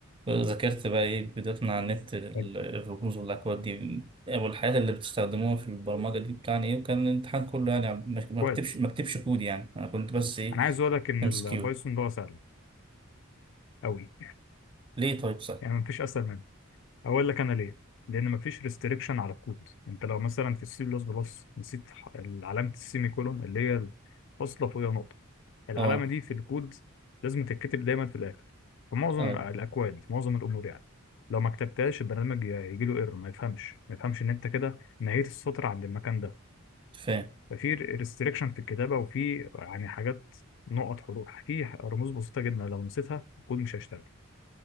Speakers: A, on the right; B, on the left.
A: ذاكرت بقى إيه بدايتنا على النت ال-
B: حلو
A: الرموز والأكواد دي أو الحاجات اللي بتستخدموها في البرمجة دي بتاعني إيه وكان الامتحان كله يعني ما ما
B: كويس
A: بكتبش ما بكتبش كود يعني أنا كنت بس إيه
B: أنا عايز أقول لك إن
A: ام
B: البايثون
A: سي كيو
B: ده سهل أوي
A: ليه طيب صح؟
B: يعني مفيش أسهل اقول لك انا ليه لان مفيش ريستريكشن على الكود انت لو مثلا في السي بلس بلس نسيت ح- علامه السيمي كولون اللي هي فاصله فوقيها نقطه العلامه
A: أه
B: دي في الكود لازم تتكتب دايما في الاخر في معظم
A: أه
B: الاكواد في معظم الامور يعني لو ما كتبتهاش البرنامج يجي له ايرور ما يفهمش ما يفهمش ان انت كده نهيت السطر عند المكان ده
A: فاهم
B: ففي ريستريكشن في الكتابه وفي يعني حاجات نقط حروف في رموز بسيطه جدا لو نسيتها الكود مش هيشتغل